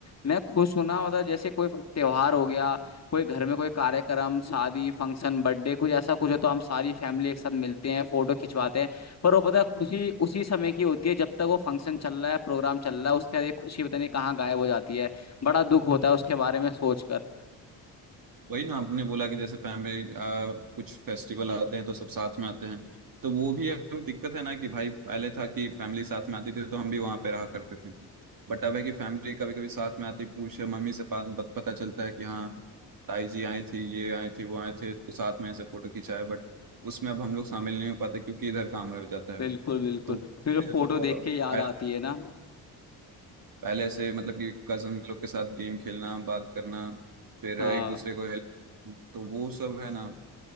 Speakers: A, on the left (about 35°); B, on the right (about 50°).
A: मैं खुश हूं ना मतलब जैसे कोई त्योहार हो गया कोई घर में कोई कार्यक्रम शादी फंक्शन बर्थडे कुछ ऐसा कुछ है तो हम सारी फैमिली एक साथ मिलते हैं फोटो खिंचवाते हैं पर वो पता है खुशी उसी समय की होती है जब तक वो फंक्शन चल रहा है प्रोग्राम चल रहा है उसके बाद ये खुशी पता नहीं कहाँ गायब हो जाती है बड़ा दुख होता है उसके बारे में सोचकर
B: वही ना आपने बोला कि जैसे फैमिली कुछ फेस्टिवल आते हैं तो सब साथ में आते हैं तो वो भी अब दिक्कत है ना कि भाई पहले था कि फैमिली साथ में आती थी तो हम भी वहां पे रहा करते थे बट अब है कि फैमिली कभी कभी साथ में आती पूछे मम्मी से पा- पत- पता चलता है कि हाँ ताई जी आई थी ये आए थे वो आए थे तो साथ में ऐसे फोटो खिंचाए बट उसमें अब हम लोग शामिल नहीं हो पाते क्योंकि इधर काम रह जाता है
A: बिल्कुल बिल्कुल
B: तो
A: फिर
B: पहले
A: फोटो देख के याद आती है ना
B: पहले से मतलब कि कजन लोग के साथ गेम खेलना बात करना फिर
A: हाँ
B: एक दूसरे को हेल्प तो वो सब है ना